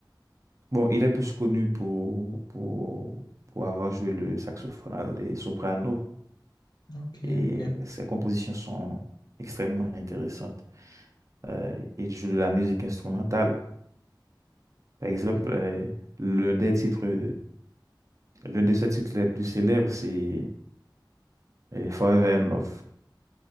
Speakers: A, on the right; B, on the left.
A: Bon, il est plus connu pour, pour, pour avoir joué le saxophone et soprano.
B: Ok,
A: Et
B: ok.
A: ses compositions sont extrêmement intéressantes. euh, et il joue de la musique instrumentale. Par exemple,
B: Ouais.
A: euh, l'un des titres, l'un de ses titres les plus célèbres, c'est euh, Forever in Love.